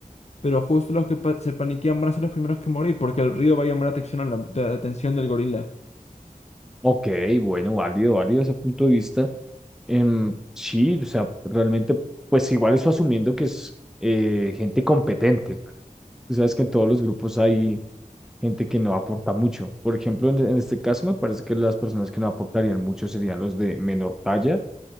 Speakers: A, on the left; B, in the centre.
A: pero justo los que pa- se paniquean van a ser los primeros que morir porque el río va a llamar la atención, a la la atención del gorila.
B: ok, bueno, válido, válido ese punto de vista. Em, sí, o sea, realmente, pues igual eso asumiendo que es eh, gente competente. Tú sabes que en todos los grupos hay gente que no aporta mucho. Por ejemplo, en, en este caso me parece que las personas que no aportarían mucho serían los de menor talla